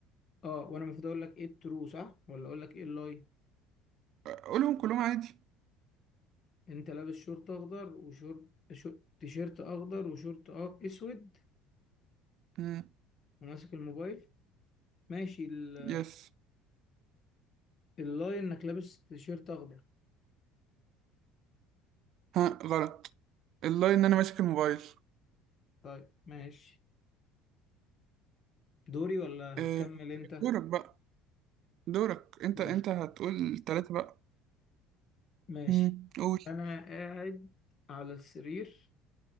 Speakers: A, on the left; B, on the right.
A: آه، وانا المفروض اقول لك ايه الترو صح ولا اقول لك ايه اللاي
B: قولهم كلهم عادي
A: انت لابس شورت اخضر وشورت شو- تيشيرت اخضر وشورت أ- اسود
B: مم.
A: وماسك الموبايل ماشي ال-
B: يس
A: اللاي انك لابس تيشيرت اخضر
B: ها غلط اللاين ان انا ماسك الموبايل
A: طيب ماشي دوري ولا
B: آه،
A: هتكمل انت
B: دورك بقى دورك انت
A: ماشي
B: انت هتقول ثلاثة بقى
A: ماشي
B: مم. قول
A: انا قاعد على السرير